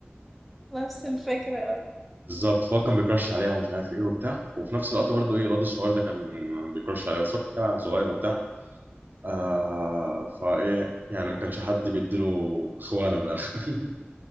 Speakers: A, in the centre; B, on the right.
A: نفس الفكره اه
B: بالظبط فهو كان بيكرش عليها ومش عارف ايه وبتاع وفي نفس الوقت برضه ايه الواد الصغير ده كان بيكرش عليها بس هو كان صغير وبتاع آه فايه يعني ما كانش حد بيديله اخوانه من الاخر <laughs>